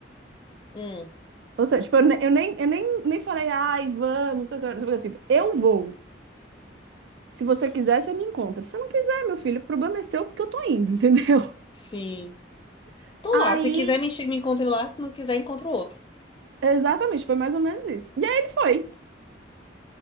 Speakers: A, on the left (about 25°); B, on the right (about 70°).
A: hum.
B: Ou seja, tipo, eu ne- eu nem, eu nem, nem falei, ai, vamos, não sei o que, não sei o que, assim, eu vou. Se você quiser, você me encontra. Se você não quiser, meu filho, o problema é seu porque eu tô indo, entendeu?
A: Sim.
B: <laughs>
A: Tô
B: Aí,
A: lá. Se quiser, me, enche- me encontre lá. Se não quiser, encontro outro.
B: exatamente, foi mais ou menos isso. E aí ele foi.